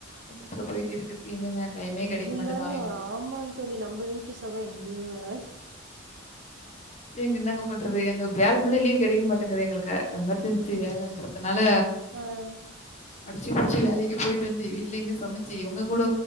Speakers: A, on the left; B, on the right.
A: பக்கத்துல போயிட்டு இருக்கதுக்கு எங்கங்க டைமே கிடைக்கும்
B: இருந்தாலு
A: மட்டுதா எங்ளுக்
B: ஆமாங்க தோழி நம்ம வீட்டு சுக எங்கேயுமே வராது அ
A: ஏங்க என்னங்க பண்றது எங்க வேல மேல லீவ் கிடைக்க மாட்டேங்குது எங்ளுக்கு எமர்ஜென்சி வேலைன்றதுனால
B: ம்
A: அடிச்சு புடிச்சு வேலைக்கு போயிட்டு வந்து வீட்ல இங்க சமைச்சு இவங்க கூட